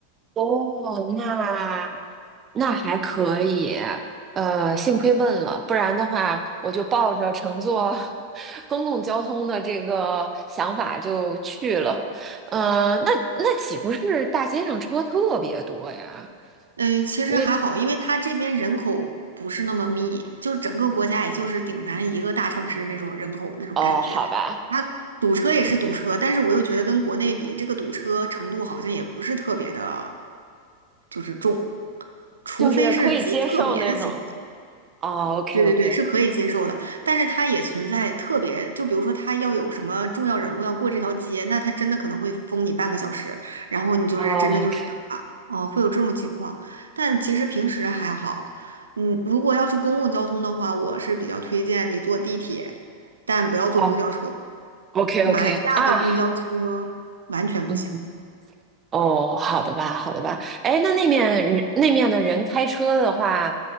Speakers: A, on the right (about 25°); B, on the right (about 70°).
A: 哦，那那还可以，呃，幸亏问了，不然的话，我就抱着乘坐 <laughs> 公共交通的这个想法就去了。嗯，那那岂不是大街上车特别多呀？
B: 嗯，其实还好，
A: 因为
B: 因为它这边人口不是那么密，就是整个国家也就是顶咱一个大城市那种人口那种感觉。
A: 哦，好吧，
B: 它堵车也是堵车，但是我又觉得跟国内比，这个堵车程度好像也不是特别的，就是重，除非是极特别的情况。
A: 就是可以接受那种。哦，OK
B: 对对对，
A: OK，
B: 是可以接受的，但是它也存在特别，就比如说它要有什么重要人物要过这条街，那它真的可能会封你半个小时，然后你就是真的就是等啊，
A: 哦，OK，
B: 哦，会有这种情况。但其实平时还好，嗯，如果要是公共交通的话，我是比较推荐你坐地铁，但不要坐公交车。
A: 哦，OK
B: 马来西亚的公交车
A: OK 啊，
B: 完全不行。
A: 嗯。哦，好的吧，好的吧。哎，那那面人那面的人开车的话，